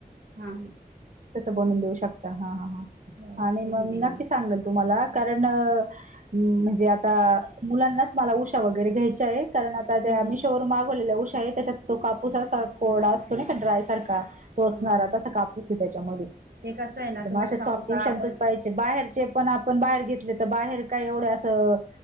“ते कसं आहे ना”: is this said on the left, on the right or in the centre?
Right